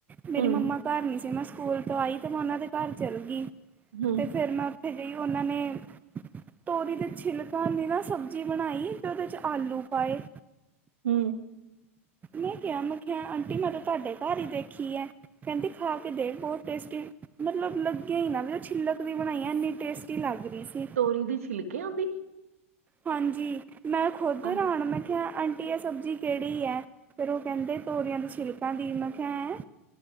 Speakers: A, on the right; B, on the right.
A: ਮੇਰੀ
B: ਹੂੰ
A: ਮੰਮਾ ਘਰ ਨੀ ਸੀ ਮੈਂ ਸਕੂਲ ਤੋਂ ਆਈ ਤੇ ਮੈਂ ਉਨਾਂ ਦੇ ਘਰ ਚੱਲ ਗੀ
B: ਹੂੰ
A: ਤੇ ਫੇਰ ਮੈਂ ਉੱਥੇ ਗਈ ਉਹਨਾਂ ਨੇ, ਤੋਰੀ ਤੇ ਛਿਲਕਾਂ ਦੀ ਨਾ ਸਬਜ਼ੀ ਬਣਾਈ ਤੇ ਉਹਦੇ ਚ ਆਲੂ ਪਾਏ।
B: ਹਂ।
A: ਮੈਂ ਕਿਆ ਮੈ ਆਖਿਆ ਆਂਟੀ ਮੈਂ ਤੇ ਤਾਡੇ ਘਰ ਈ ਦੇਖੀ ਐ, ਕੈਂਦੀ ਖਾ ਕੇ ਦੇਖ ਬੋਤ ਟੇਸਟੀ ਮਤਲਬ ਲੱਗਿਆ ਈ ਨਾ ਵੀ ਛਿੱਲਕ ਦੀ ਬਣਾਈ ਆ, ਇੰਨੀ ਟੇਸਟੀ ਲੱਗ ਰਈ ਸੀ।
B: ਤੋਰੀ ਦੀ, ਛਿਲਕਿਆਂ ਦੀ।
A: ਹਾਂਜੀ ਮੈਂ ਖੁਦ
B: ਆਹ
A: ਹਰਾਣ ਮੈਂ ਕਿਆ ਆਂਟੀ ਇਹ ਸਬਜ਼ੀ ਕੇੜੀ ਐ। ਫਿਰ ਉਹ ਕਹਿੰਦੇ ਤੋਰੀਆਂ ਦੀ ਛਿਲਕਾਂ ਦੀ। ਮੈਂ ਕਿਆ, ਹੈਂ?